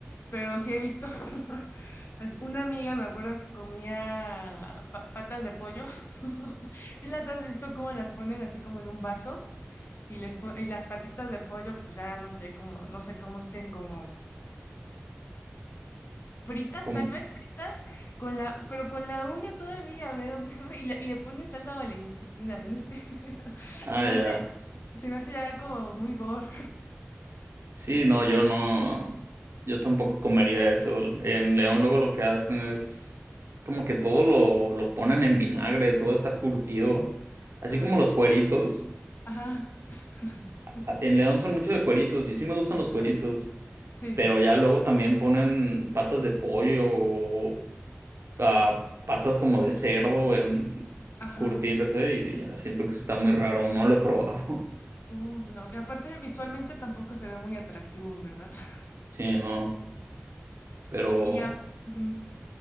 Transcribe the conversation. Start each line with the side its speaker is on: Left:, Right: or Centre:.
Left: pero sí he visto, <laughs> una amiga me acuerdo que comía pa- patas de pollo, <laughs> sí las has visto cómo las ponen así como en un vaso y, les pon- y las patitas de pollo pues ya no sé cómo, no sé cómo estén como fritas
Right: Com-
Left: tal vez, fritas, con la, pero con la uña todavía, me da- <laughs> y, le, y le ponen salsa Valentina y no sé, <laughs>
Right: ah,
Left: se me
Right: ya.
Left: hace, se me hace ya como muy gore.
Right: Sí, no, yo no, yo tampoco comería eso. En León luego lo que hacen es como que todo lo, lo ponen en vinagre, todo está curtido. Así
Left: Ah,
Right: como los cueritos.
Left: ajá,
Right: a-
Left: <laughs>
Right: En León son mucho de cueritos y sí me gustan los
Left: ajá,
Right: cueritos,
Left: sí,
Right: pero ya luego también ponen patas de pollo o ah, patas como de cerdo en
Left: ajá.
Right: curtirse y ya siento que eso está muy raro, no lo he probado.
Left: Uf, no. Y aparte visualmente tampoco se ve muy atractivo, ¿verdad? <laughs>
Right: <laughs> Sí, no, pero...
Left: Y, ya, ujú.